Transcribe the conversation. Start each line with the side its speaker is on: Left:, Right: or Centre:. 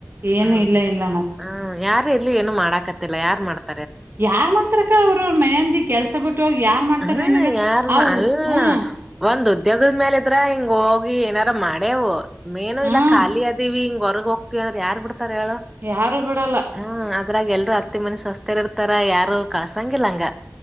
Right: ಏನು
Centre: ಹ್ಮ
Right: ಇಲ್ಲ ಇಲ್ಲ ಮತ್ತೆ
Centre: ಹ್ಮ ಯಾರು ಎಲ್ಲಿ ಏನು ಮಾಡಾಕತ್ತಲ್ಲ ಯಾರು ಮಾಡ್ತ
Right: ಯಾರ್ ಮಾಡ್ತಾರಕ್ಕ ಅವ್ರ ಮನೆಂದಿ ಕೆಲ್ಸ ಬಿಟ್ಟ ಬಿಟ್ಟೋಗಿ ಯಾರ್ ಮಾಡ್ತಾರ
Centre: ಹ
Right: ನಿನ್ಗ
Centre: ಯಾರ್ ಮಾ
Right: ಅವ
Centre: ಅಲ್ಲ
Right: ಹ್ಮ
Centre: ಒಂದ್ ಉದ್ಯೋಗದ ಮೇಾಲ ಇದ್ರ ಹಿಂಗ ಹೋಗಿ ಏನಾರ ಮಾಡೇವು ಮೇನು
Right: ಹ್ಮ್
Centre: ಇಲ್ಲಾ ಖಾಲಿ ಅದಿವ ಹಿಂಗ ಹೊರಗ ಹೋಗ್ತಿವಿ ಅಂದ್ರ ಯಾರ್ ಬಿಡ್ತಾರ ಹೇಳು
Right: ಯಾರು ಬಿಡಲ್ಲ
Centre: ಹ್ಮ ಅದ್ರಾಗ ಎಲ್ರುೂ ಮತ್ತ ಮನಸ ಹೊಸ್ತರ್ ಇರ್ತಾರ ಯಾರು ಕಳ್ಸಂಗಿಲ್ಲಂಗ